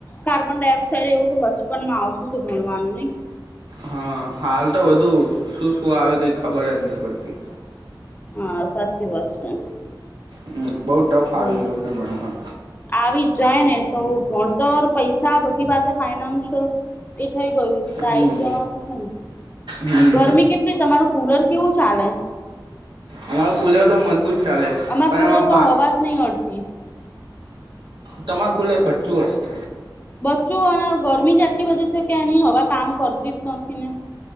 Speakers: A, on the left; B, on the right.
A: કાર્બન ડાયોક્સાઇડ એવું તો બચપન માં આવતું તો ભણવાનું નહ
B: હા હાલ તો વધુ શું શું આવે ક ખબર જ નહીં પડતી
A: હા સાચી વાત છે
B: હમ બઉ ટફ આવી
A: હ
B: ગયું છે ભણવાનું
A: આવી જ જાય ને તો ભણતર પૈસા બધી વાત ફાઈનાશલ થઈ ગયું છે તો
B: હમ
A: આ આવી જ જવાનું છે ને
B: હમ
A: ગરમી કેટલી તમારું કુલર કેવું ચાલે
B: અમારું ખુલે તો મજબૂત ચાલે
A: અમાર
B: પણ
A: પુલર
B: એમાં
A: તો હોવા જ નહી અડતી
B: તમાર કુલે બચ્ચું હશે
A: બચ્ચું અને ગરમી જાટલી બધી કે એની હવે કામ કરતી જ નથી ને